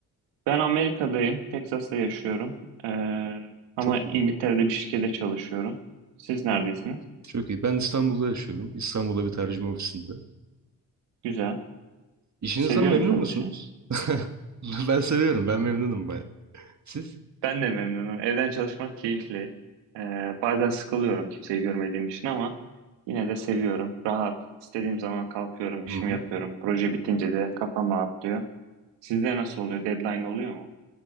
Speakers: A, on the right; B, on the right.
A: Ben Amerika'dayım, Texas'ta yaşıyorum. Ee, ama
B: Çok iyi.
A: İngiltere'de bir şirkette çalışıyorum. Siz neredesiniz?
B: Çok iyi. Ben İstanbul'da yaşıyorum. İstanbul'da bir tercüme ofisinde.
A: Güzel.
B: İşinizden
A: Seviyor
B: memnun
A: musunuz
B: musunuz?
A: işi?
B: <laughs> Ben seviyorum. Ben memnunum baya. Siz?
A: Ben de memnunum. Evden çalışmak keyifli. Ee, bazen sıkılıyorum kimseyi görmediğim için ama yine de seviyorum. Rahat. İstediğim zaman kalkıyorum, işimi
B: Hı hı.
A: yapıyorum. Proje bitince de kafam rahatlıyor. Sizde nasıl oluyor? Deadline oluyor mu?